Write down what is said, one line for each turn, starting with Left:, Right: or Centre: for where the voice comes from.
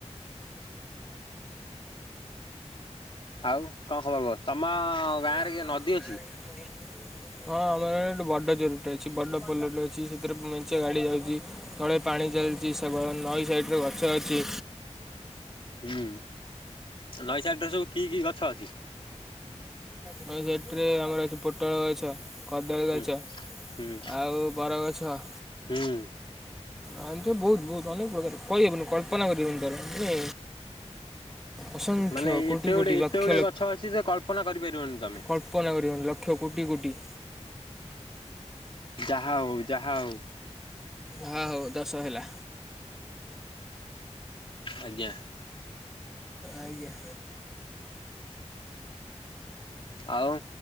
Left: ଆଉ କଣ ଖବର କୁହ ତମ ଗାଁରେ
Centre: <inaudible>
Left: କିଏ ନଦୀ ଅଛି?
Centre: ହଁ ଆମର ଗ ଗୋଟେ ବଡ ଜରୁଟେ ଅଛି ବଡ ପୋଲଟେ ଅଛି ସେଥିରେ ମେଞ୍ଚେ ଗାଡି ଯାଉଛି। ତଳେ ପାଣି ଚାଲିଛି ସେପ ନଈ ସାଇଟରେ ଗଛ ଅଛି।
Left: ହୁଁ। ନଈ ସାଇଟରେ ସବୁ କି କି ଗଛ ଅଛି?
Centre: ନଈ ସାଇଟରେ ଆମର ଅଛି ପୋଟଳ ଗଛ। କଦଳୀ
Left: ହୁଁ
Centre: ଗଛ,
Left: ହୁଁ
Centre: ଆଉ ବରଗଛ।
Left: ହୁଁ
Centre: ଆ ଏମତି ବହୁତ ବହୁତ ଅନେକ ପ୍ରକାର କହିହବନି କଳ୍ପନା କରିହବନି ତାର ମାନେ ଅସଂଖ୍ୟ
Left: ମାନେ
Centre: କୋଟି
Left: ଏତେ
Centre: କୋଟି
Left: ଗୁଡେ ଏତେ
Centre: ଲକ୍ଷ
Left: ଗୁଡେ ଗଛ ଅଛି ଯେ କଳ୍ପନା କରିପାରିବନି ତମେ।
Centre: ଅଳ୍ପନା କରିହବନି ଲକ୍ଷ କୋଟି କୋଟି।
Left: ଯାହା ହଉ ଯାହା ହଉ।
Centre: ହଁ ହଉ ଦଶ ହେଲା।
Left: ଆଜ୍ଞା।
Centre: ଆଜ୍ଞା।
Left: ଆଉ